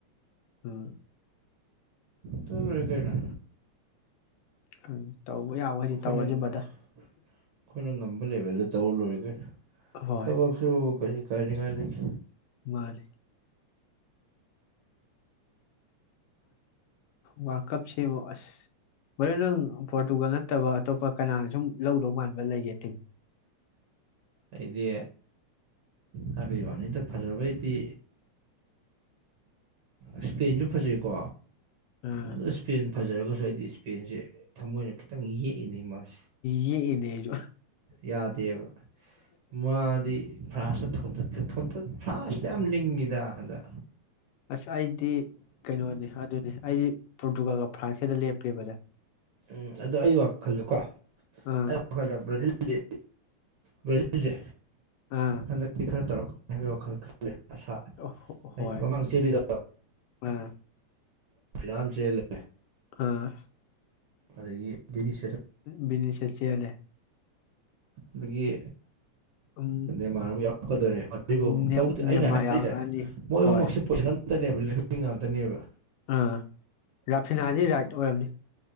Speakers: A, on the left; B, on the right.
A: ꯎꯝ
B: ꯇ ꯀꯅ
A: ꯎꯝ ꯇꯧꯕ ꯌꯥꯕꯈꯩꯗꯤ
B: ꯑꯈꫭꯏꯅ
A: ꯇꯧꯔꯁꯤ ꯕ꯭ꯔꯗꯔ
B: ꯑꯩꯈꯣꯏꯅ ꯉꯝꯕ ꯂꯦꯕꯦꯜꯗ ꯇꯧꯔ ꯂꯣꯏꯔꯒꯦ
A: ꯍꯣꯏ
B: ꯊꯕꯛ ꯁꯨ ꯀꯔꯤ ꯀꯥꯏꯔꯤꯉꯥꯏꯗꯒꯤ
A: ꯃꯥꯜ ꯋꯥꯔꯜ ꯀꯞ ꯁꯦꯝꯃꯣ ꯑꯁ ꯃꯔꯗꯤ ꯅꯪ ꯄꯣꯔꯇꯨꯒꯜ ꯅꯠꯇꯕ ꯑꯇꯣꯞꯄ ꯀꯅꯥꯅ ꯁꯨꯝ ꯂꯧꯗꯧ ꯃꯥꯟꯕ ꯂꯩꯒꯦ ꯇꯤꯝ
B: ꯑꯩꯗꯤ ꯍꯥꯏꯄꯤꯕꯥꯅꯤꯗ ꯐꯖꯕꯩꯗꯤ ꯏꯁꯄꯦꯟꯁꯨ ꯐꯖꯩꯀꯣ
A: ꯑꯥ
B: ꯑꯗ ꯏꯁꯄꯦꯟ ꯐꯖꯔꯒꯁꯨ ꯑꯩꯗꯤ ꯏꯁꯄꯦꯟꯁꯦ ꯊꯃꯣꯏꯅ ꯈꯤꯇꯪ ꯌꯦꯛꯏꯅꯦ ꯃꯥꯁꯦ
A: ꯌꯦ ꯏꯃꯦꯖ
B: ꯌꯥꯗꯦꯕ ꯃꯥꯗꯤ ꯐ꯭ꯔꯥꯁ ꯊꯣꯇꯠ ꯊꯣꯝꯇꯠ ꯐꯥꯁ ꯌꯥꯝ ꯂꯤꯡꯉꯤꯗ ꯍꯗ
A: ꯑꯁ ꯑꯩꯗꯤ ꯀꯩꯅꯣꯅꯤ ꯑꯗꯨꯅꯤ ꯑꯩꯗꯤ ꯄꯣꯔꯇꯨꯒꯥꯜꯒ ꯐ꯭ꯔꯥꯟꯁꯀꯗ ꯂꯦꯞꯄꯦꯕꯗ
B: ꯎꯝ ꯑꯗꯣ ꯑꯩ ꯋꯥꯈꯜꯗꯣꯀꯣ
A: ꯑꯥ
B: ꯑꯩ ꯋꯥꯈꯜꯗ ꯕ꯭ꯔꯥꯖꯤꯜꯗꯤ ꯕ꯭ꯔꯥꯖꯤꯜꯁꯦ
A: ꯑꯥ
B: ꯍꯟꯗꯛꯇꯤ ꯈꯔ ꯇꯧꯔꯛꯀ ꯍꯥꯏ ꯋꯥꯈꯜ ꯈꯂꯦ ꯑꯁꯥ
A: ꯑꯣ ꯍꯣꯏ
B: ꯑꯩ ꯃꯃꯥꯡ ꯆꯦꯜꯂꯤꯗꯣ
A: ꯑꯥ
B: ꯌꯥꯝ ꯆꯂꯦ
A: ꯑꯥ
B: ꯑꯗꯒꯤ ꯕꯤꯅꯤꯁ
A: ꯃꯤꯅꯤꯁꯦ ꯆꯦꯜꯂꯦ
B: ꯑꯗꯒꯤ
A: ꯎꯝ
B: ꯅꯃꯥꯟ ꯌꯥꯎ ꯃꯈꯈꯗꯔꯦ
A: ꯅꯦꯝ
B: ꯇꯧꯕꯨꯗꯤ
A: ꯅꯦꯃꯥꯔ
B: ꯑꯩꯅ ꯍꯥꯏꯔꯤꯁꯦ
A: ꯌꯥꯎꯔꯛꯑꯅꯤ
B: ꯃꯣꯏ
A: ꯍꯣꯏ
B: ꯑꯍꯨꯝꯃꯛꯁꯦ ꯄꯣꯁꯤꯟ ꯉꯥꯛꯇꯅꯦꯕ ꯂꯍꯕꯤ ꯉꯥꯛꯇꯅꯦꯕ
A: ꯑꯥ ꯔꯐꯤꯅꯥꯖꯤ ꯔꯥꯏꯠ ꯑꯣꯏꯝꯅꯤ